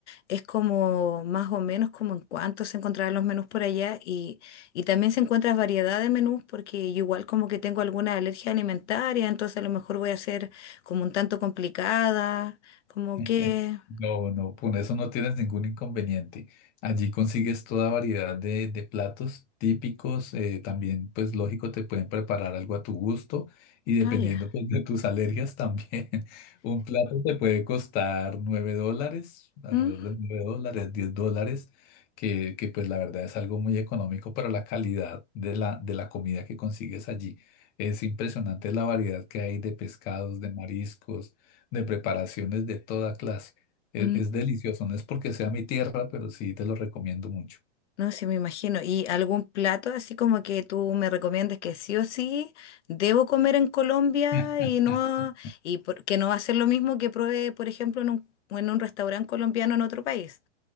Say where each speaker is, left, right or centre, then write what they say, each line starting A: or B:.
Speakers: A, on the left (about 85°); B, on the left (about 25°).
A: es como más o menos como en cuánto se encontrarán los menús por allá y, y también se encuentra variedad de menús porque yo igual como que tengo alguna alergia alimentaria, entonces a lo mejor voy a ser como un tanto complicada, como
B: <laughs>
A: que...
B: No, no, con eso no tienes ningún inconveniente. Allí consigues toda variedad de, de platos típicos. eh, también, pues lógico, te pueden preparar algo a tu gusto y dependiendo
A: Ah, ya.
B: pues, de tus alergias también. <laughs> Un plato te puede costar 9 dólares, alrededor
A: ¿Mm?
B: de 9 dólares, 10 dólares, que, que pues la verdad es algo muy económico para la calidad de la, de la comida que consigues allí. Es impresionante la variedad que hay de pescados, de mariscos de preparaciones de toda clase. Es,
A: mm.
B: es delicioso, no es porque sea mi tierra, pero sí te lo recomiendo mucho.
A: No, sí me imagino. ¿Y algún plato así como que tú me recomiendes que sí o sí debo comer en Colombia
B: <laughs>
A: y no y por- que no va a ser lo mismo que pruebe, por ejemplo, en un, en un restaurante colombiano en otro país?